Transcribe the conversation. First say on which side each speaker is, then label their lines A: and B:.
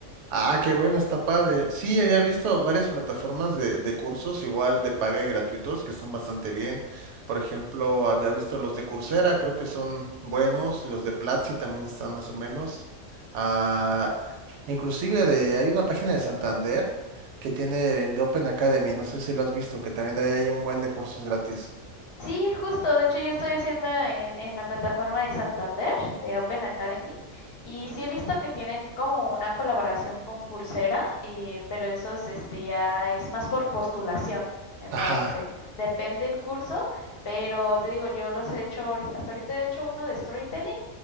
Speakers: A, on the right; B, on the left.
A: Ah, qué bueno, está padre. Sí, había visto varias plataformas de, de cursos, igual de paga y gratuitos, que están bastante bien. Por ejemplo, había visto los de Coursera, creo que son buenos, los de Platzi también están más o menos. Ah, inclusive de, hay una página de Santander que tiene el de Open Academy, no sé si lo has visto, que también de ahí hay un buen de cursos gratis.
B: Sí, justo. De hecho, yo estoy haciendo en, en la plataforma de Santander, de Open Academy, y sí he visto que tienen como una colaboración con Coursera, eh, pero eso es, este, ya es más por postulación, me
A: Ajá.
B: parece. Depende el curso, pero te digo, yo los he hecho, ahori- hasta ahorita he hecho uno de storytelling